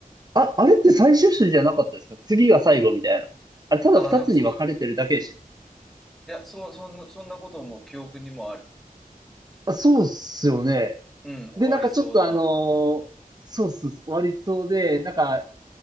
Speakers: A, on the right (about 25°); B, in the centre.
A: あ、あれって最終種じゃなかったですか次が最後みたいな。あれ、ただ二つに分かれてるだけでしたっけ。
B: ああー、多分そう、いや、そう、そんな、そんなことも記憶にもある。
A: あ、そうっすよね。
B: うん、終わりそうな。
A: で、なんかちょっとあのーそうそうそう、終わりそうで、なんか、